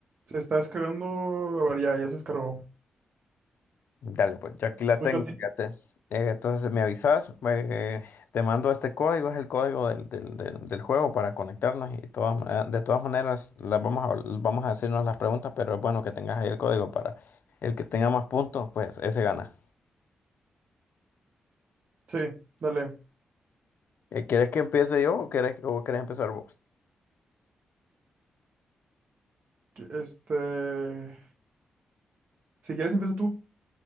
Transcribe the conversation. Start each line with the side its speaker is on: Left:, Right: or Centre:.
Right: Se está descargando, a ver, ya, ya se descargó.
Left: Dale, pues ya aquí la
Right: Pues
Left: tengo,
Right: ya te-
Left: fíjate. Eh, entonces me avisas, eh, te mando este código, es el código del, del, del, del juego para conectarnos y todas maneras- de todas maneras las vamos a, vamos a hacernos las preguntas, pero es bueno que tengas ahí el código para el que tenga más puntos, pues ese gana.
Right: Sí, dale.
Left: Eh, ¿quieres que empiece yo o quieres, o quieres empezar vos?
Right: Que- Este, si quieres empieza tú.